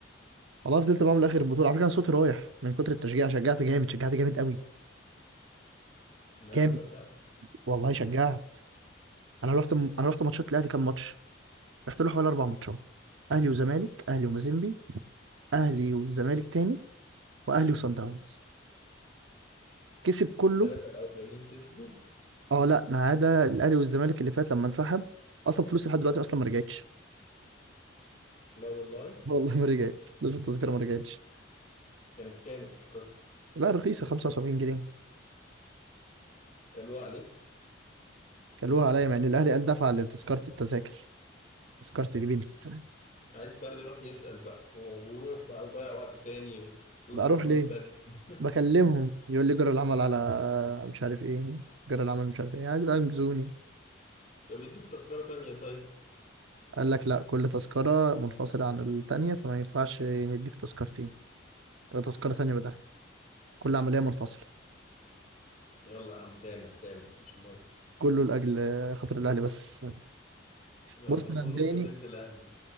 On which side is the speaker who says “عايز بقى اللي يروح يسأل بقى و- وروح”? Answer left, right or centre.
Left